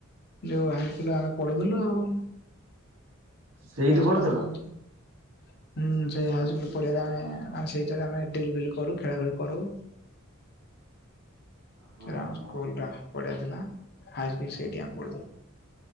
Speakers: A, on the left (about 50°); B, on the right (about 85°).
A: ଯୋଉ ଆମେ <unintelligible> ପଢ଼ୁଥିଲୁ ଆଉ। <unintelligible>
B: ସେଇଠି ପଢୁଥିଲ?
A: କଲାମ କରଚ। ହୁଁ ସେ ହାଇସ୍କୁଲୁ ପଡ଼ିଆ ରେ ଆମେ ଆମେ ସେଇଥିରେ ଆମେ ଡ୍ରିଲ୍ ଫ୍ରିଲି କରୁ ଖେଳା ଖେଳି କରୁ।
B: <unintelligible>
A: ସେଟା ଆମ
B: ହଁ
A: ସ୍କୁଲୁ ଟା ପଡିଆ ଥିଲା ହାଇ ସ୍କୁଲ୍ ସେଇଠି ଅମେ ପଢୁଥିଲୁ।